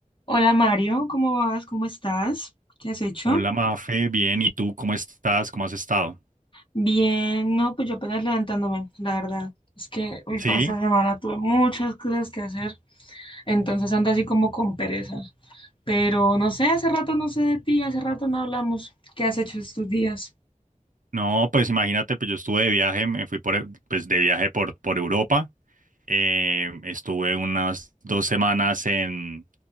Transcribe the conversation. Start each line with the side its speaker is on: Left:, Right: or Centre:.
Left: Hola Mario, ¿cómo vas? ¿Cómo estás? ¿Qué has hecho?
Right: Hola Mafe, bien, ¿y tú cómo estás? ¿Cómo has estado?
Left: Bien, no, pues yo apenas levantándome, la verdad. Es que hoy
Right: Sí,
Left: toda esta semana tuve muchas cosas que hacer, entonces ando así como con pereza. Pero no sé, hace rato no sé de ti, hace rato no hablamos. ¿Qué has hecho estos días?
Right: no, pues imagínate, pues yo estuve de viaje, me fui por, e, pues de viaje por, por Europa, eh, estuve unas dos semanas en,